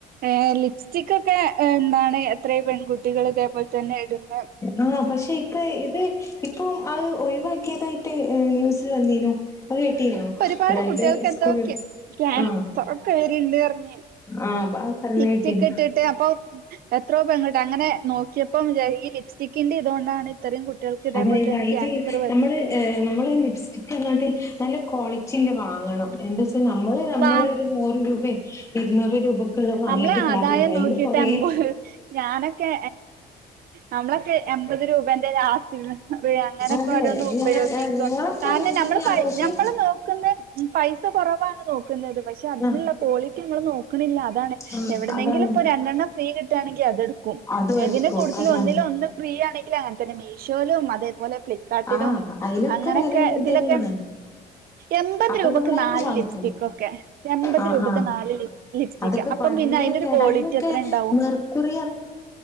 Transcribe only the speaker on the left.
ആഹ് പക്ഷെ ഇപ്പ ഇത് ഇപ്പം അത് ഒഴിവാക്കിയതായിട്ട് ന്യൂസിൽ വന്നീനു അത് കേട്ടീനോ
അതായത്
സ്കൂളിൽ
ആഹ്
ആഹ് അത് പറഞ്ഞ
കേട്ടീനു
അതായത്
അയില്
നമ്മള് ഏഹ് നമ്മള് ലിപ്സ്റ്റിക്ക ഇങ്ങട്ട് നല്ല ക്വാളിറ്റിള്ള വാങ്ങണം എന്താ നമ്മള് നമ്മളെ
ഒരു നൂറ് രൂപേ ഇരുന്നൂറ് രൂപക്കുള്ള വാങ്ങീട്ട്
കാര്യല്ല
അതിന് കൊറെ
അതെ
ഞങ്ങ ഞങ്ങളൊക്കെ
അങ്ങനെ
തന്നെയാണ്
പക്ഷെ
ആഹ്
ആഹ്
അതാണ്
അതും
എടുക്കും
അതാണ്
ആഹ് അയിലൊക്കെ
വെല അങ്ങൻ
തന്നെയാണ്
അപ്പൊ
നമ്മളയിന്ന്
വാങ്ങും
ആഹ്
ആഹ്
അതൊക്കെ
ഭയങ്കര
കേടാ
അയിലൊക്കെ
മെർക്കുറി